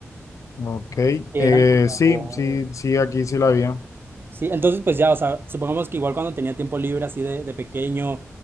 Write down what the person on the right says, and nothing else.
que
eran como
Sí, entonces pues ya, o sea, supongamos que igual cuando tenía tiempo libre así de, de pequeño,